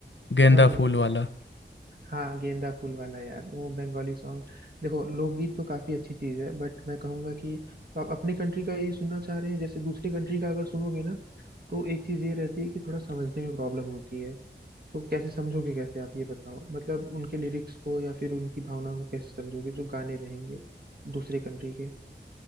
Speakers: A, on the left; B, on the right.
A: गेंदा
B: हाँ हाँ
A: फूल वाला
B: हाँ गेंदा फूल वाला यार वो बंगाली सॉन्ग देखो लोकगीत तो काफी अच्छी चीज है बट मैं कहूंगा कि तो आप अपनी कंट्री का ही सुनना चाह रहे हैं जैसे दूसरी कंट्री का अगर सुनोगे ना तो एक चीज ये रहती है कि थोड़ा समझने में प्रॉब्लम होती है तो कैसे समझोगे कैसे आप ये बताओ मतलब उनके लिरिक्स को या फिर उनकी भावना को कैसे समझोगे जो गाने रहेंगे दूसरे कंट्री के